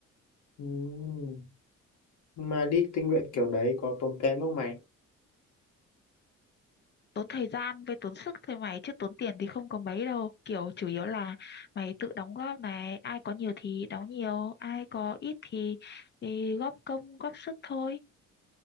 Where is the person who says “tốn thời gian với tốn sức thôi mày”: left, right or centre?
Left